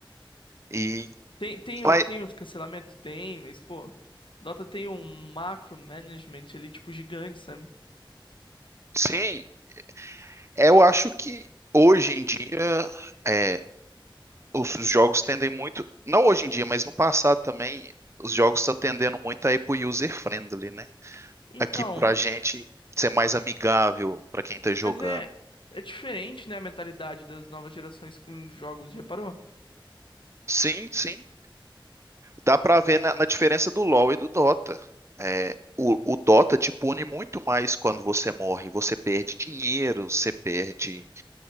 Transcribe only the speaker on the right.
e
mas
sim, É, Eu acho que hoje em dia é, os os jogos tendem muito, não hoje em dia, mas no passado também, os jogos estão tendendo muito a ir pro user friendly, né?
Aqui pra gente ser mais amigável pra quem tá jogando.
Sim, sim. Dá pra ver na, na diferença do LoL e do Dota. É, o, o Dota te pune muito mais quando você morre. Você perde dinheiro, você perde